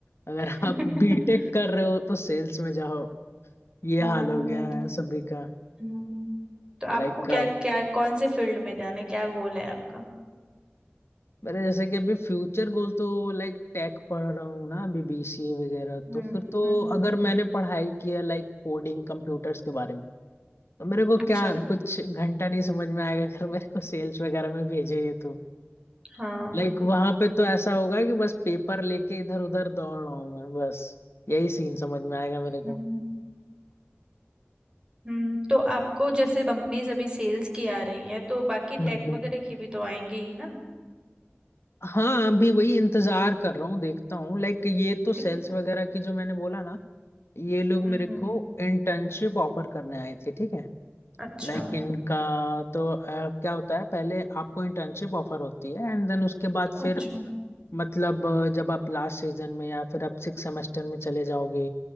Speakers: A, on the left; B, on the right.
A: अगर
B: <laughs>
A: आप बीटेक कर रहे हो तो सेल्स में जाओ ये
B: हाँ
A: हाल हो गया
B: नहीं
A: है सभी का
B: हम्म तो आपको
A: लाइक
B: क्या क्या कौन से फील्ड में जाना है क्या गोल है आपका
A: मेरे जैसे कि अभी फ्यूचर गोल तो लाइक टेक पढ़ रहा हूँ ना अभी बीसीए वगैरह
B: हम्म
A: तो फिर तो
B: हम्म हम्म,
A: अगर मैंने पढ़ाई किया लाइक कोडिंग कंप्यूटर्स के बारे में तो मेरे को
B: अच्छा
A: क्या कुछ घंटा नहीं समझ में आएगा अगर मेरे को सेल्स वगैरह में भेजे ये तो
B: हाँ
A: लाइक वहां पे तो ऐसा होगा कि बस पेपर लेके इधर उधर दौड़ रहा हूँ मैं बस यही सीन समझ में आएगा मेरे को
B: हम्म हम्म तो आपको जैसे कंपनीज अभी सेल्स की आ रही हैं तो बाकी टेक
A: हम्म हम्म
B: वगैरह की भी तो आएंगी ही ना
A: हाँ अभी वही इंतजार कर रहा हूँ देखता हूँ लाइक ये तो सेल्स
B: तो-
A: वगैरह की जो मैंने बोला ना ये लोग
B: हम्म
A: मेरे को
B: हम्म
A: इंटर्नशिप ऑफर करने आए थे ठीक है
B: अच्छा
A: लाइक इनका तो अ, क्या होता है पहले आपको इंटर्नशिप ऑफर होती है एंड देन उसके बाद फिर
B: अच्छा
A: मतलब अ, जब आप लास्ट सीजन में या फिर आप सिक्स सेमेस्टर में चले जाओगे